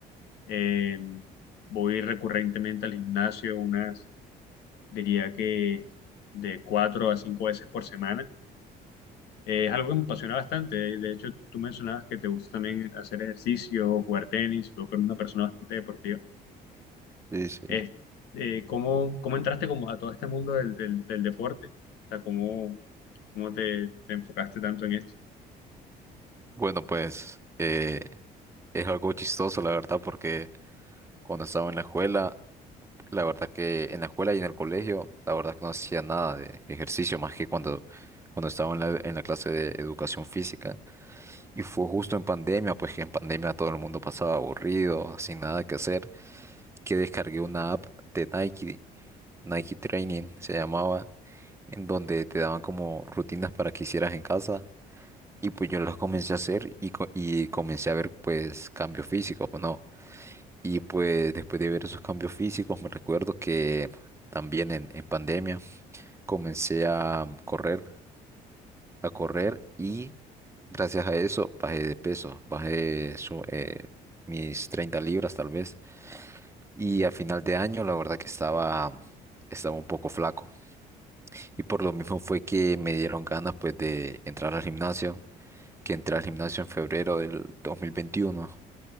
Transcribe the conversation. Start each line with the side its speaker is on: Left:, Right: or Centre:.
Left: Eh, voy recurrentemente al gimnasio unas, diría que de cuatro a cinco veces por semana Eh, es algo que me apasiona bastante. De hecho, tú mencionabas que te gusta también hacer ejercicio, jugar tenis, tú que eres una persona bastante deportiva.
Right: Sí, sí.
Left: es eh, ¿cómo, cómo entraste como a todo este mundo del, del, del deporte? O sea, ¿cómo, cómo te, te enfocaste tanto en esto?
Right: Bueno, pues eh, es algo chistoso, la verdad, porque cuando estaba en la escuela, la verdad que en la escuela y en el colegio, la verdad que no hacía nada de ejercicio más que cuando, cuando estaba en la, en la clase de educación física. Y fue justo en pandemia, pues que en pandemia todo el mundo pasaba aburrido, sin nada que hacer. que descargué una app de Nike, Nike Training se llamaba, en donde te daban como rutinas para que hicieras en casa. Y pues yo las comencé a hacer y, co- y comencé a ver pues cambios físicos, pues no. Y pues después de ver esos cambios físicos, me recuerdo que también en, en pandemia comencé a correr, a correr y gracias a eso bajé de peso, bajé su- eh, mis 30 libras tal vez. Y a final de año, la verdad que estaba, estaba un poco flaco. Y por lo mismo fue que me dieron ganas pues de entrar al gimnasio, que entré al gimnasio en febrero del 2021.